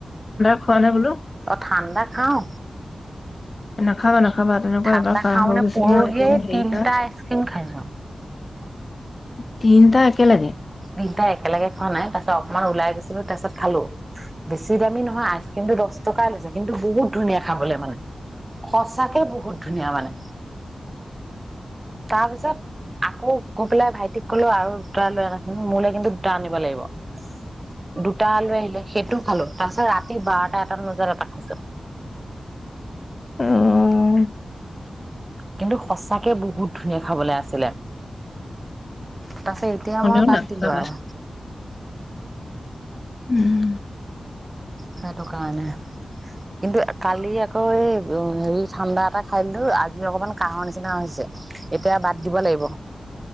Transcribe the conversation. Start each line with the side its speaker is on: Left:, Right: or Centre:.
Left: হোৱা নাই বোলো।
Right: অ ঠাণ্ডা খাও
Left: নাখাবা নাখাবা তেনেকুৱা
Right: ঠাণ্ডা
Left: এবাৰ কাহ
Right: খাওঁ
Left: হৈ
Right: মানে
Left: গৈছে
Right: পৰহিয়ে
Left: ন এইটো হেৰি
Right: তিনটা
Left: কাহ
Right: আইচক্ৰীম খাইছো।
Left: তিনিটা একেলগে
Right: তিনটা একেলগে খোৱা নাই, তাৰ অকমান ওলাই গৈছিলোঁ, তাৰপিছত খালোঁ। বেছি দামি নহয়, আইচক্ৰীমটো দশ টকাই লৈছে, কিন্তু বহুত ধুনীয়া খাবলৈ মানে। সঁচাকে বহুত ধুনীয়া মানে। তাৰপিছত আকৌ কৈ পেলাই ভাইটিক কলো আৰু দুটা লৈ আনাছিল মোলৈ কিন্তু দুটা আনিব লাগিব দুটা লৈ আহিলে সেইটো খালো তাৰপিছত ৰাতি বাৰটা এট বজাত এটা খাইছো।
Left: উম।
Right: কিন্তু সঁচাকে, বহুত ধুনীয়া খাবলৈ আছিলে। তাছে, এতিয়া
Left: হ'লেও
Right: মই বাদ
Left: নাখাবা
Right: দিলো আৰু।
Left: উম।
Right: সেইটো কাৰণে কিন্তু কালি আকৌ এই হেৰি ঠাণ্ডা এটা খাই দিলো আজি অকমান কাহৰ নিচিনা হৈছে এতিয়া বাদ দিব লাগিব।